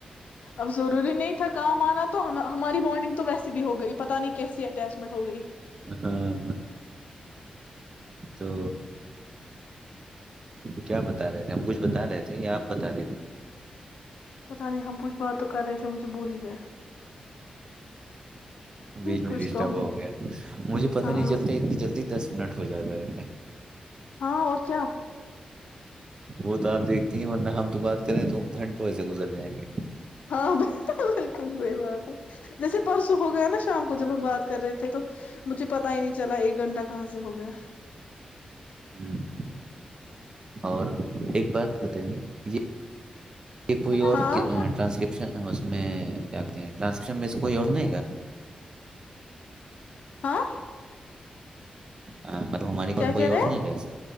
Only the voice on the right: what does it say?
ہاں تو کیا بتا رہے تھے ہم کچھ بتا رہے تھے یا آپ بتا رہے تھے
بیچ میں
ڈسٹرب
ہو گیا مجھے پت
نہیں چلتا اتنی جلدی دس نٹو جیاد ہے
وہ تو ہردیک نہیں ورنہ ہم تو بات کریں تو گھنٹے ویسے گزر جائیں گے
ہوں، اور ایک بات بتائیے یہ یہ کوئی اور
ٹرانسکپشن اس میں کیا کہتے ہیں ٹرانسکپشن میں اس کوئی اور نہیں گا
ہاں، مطلب ہماری ک
کوئی
اور
نہیں ہے اس